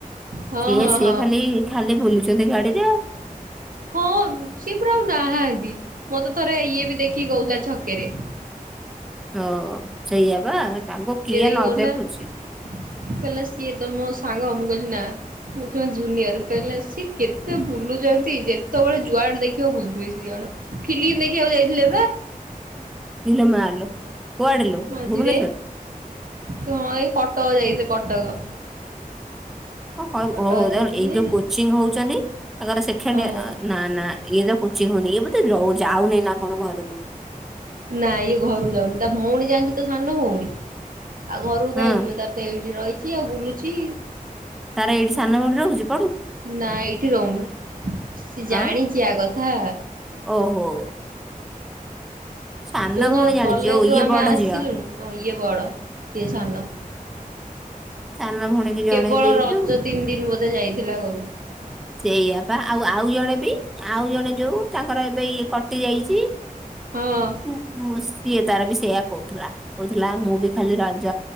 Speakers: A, on the right; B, in the centre.
A: ହଁ
B: ସିଏ
A: ହଁ
B: ସିଏ
A: ହଁ।
B: ଖାଲି ଖାଲି ବୁଲୁଛନ୍ତି ଗାଡିରେ ଆଉ।
A: ହଁ ସିଏ ଆଉ ନାହାନ୍ତି ମୋତେ ଥରେ ଇଏ ବି ଦେଖିକି ଗଉଥିଲା ଛକରେ।
B: ହ ସେଇଆ ବା। ତାଙ୍କୁ କିଏ
A: ସିଏ ତ
B: ନ
A: ଗଲା
B: ଦେଖୁଛି
A: ହେହିଲ ସିଏ ତମ ସାଙ୍ଗ ଗନା। ଜୁନିୟର କହିଲା ସିଏ କେତେ ବୁଲୁ ଯେତେବେଳେ ଯୁଆଡେ ଦେଖିବାକୁ ଭୁଲଥିବେ ସେି ଜଣ ଫିଲ୍ିମ ଦେଖିବାକୁ ଯାଇଥିଲେ ବା।
B: ିଇଲ ମାଲୋ। କୁଆଡେ ଲୋ
A: ମଝିରେ
B: ଭୁବନେଶ୍ୱର
A: ତୁ ହଁ ଏଇ ଖଟ ଯାଇ କଟକ।
B: କ କହି
A: କଟକ
B: ବୁହ ଓହ
A: ଯାଇଥିଲେ
B: ଏଇ ଯୋଉ କୋଚିଂ ହଉଛନ୍ତି ତାଙ୍କର ସେକେଡିୟର
A: ହଁ
B: ନା ନା ଇଏ ତ ହଉନି ଏ ବତେ ରହୁଚିଯାଉନି ନା କଣ ଘରକୁ।
A: ନା ଇଏ ଘରୁ ଯାଉନି ତା ଭଉଣୀ ଜାଣିଛ ତ ସାନ ଭଉଣୀ। ଆଉ ଘର
B: ହଁ
A: କାହିଁ ଯିବ ତାର ସେଇଠି ରହିଛି ଆଉ ବୁଲୁଚ ଚି
B: ତାର ଏଇଠି ସାନମୁଡିରେ ହଉଛି।
A: ନା ଏଇଠି ରହୁନି ସେ ଜାଣିଛି
B: ଆଉ
A: ଆ କଥା
B: ଓହୋ ସାନ
A: ଯୋଉଦିନ
B: ଭଉଣୀ ଜାଣିଛି
A: କଲେଜ
B: ଓ
A: ରୁ
B: ଇଏ
A: ଆମେ
B: ବଡ
A: ଆସିଲୁନୁ
B: ଝିଅ
A: ଇଏ ବଡ ସିଏ ସାନ।
B: ସାନ ଭଉଣୀକି ଜଣେଇ
A: କେବଳ
B: ଦେଇଛୁ
A: ରଜ ତିନି ଦିନ ବୋଧେ। ସେ ଯାଇଥିଲା ଘରୁକୁ।
B: ସେଇଆ ପା ଆଉ ଆଉ ଜଣେ ଆଉ ଜଣେ ଯୋଉ ତାଙ୍କର ଏବେ ଇଏ କଟି ଯାଇଛି।
A: ହଁ
B: ହୁଁ ହୁଁ। ସିଏ ତାର ବି ସେଇୟା କହୁଥିଲା କହୁଥିଲା ମୁଁ ବି ଖାଲି ରଜ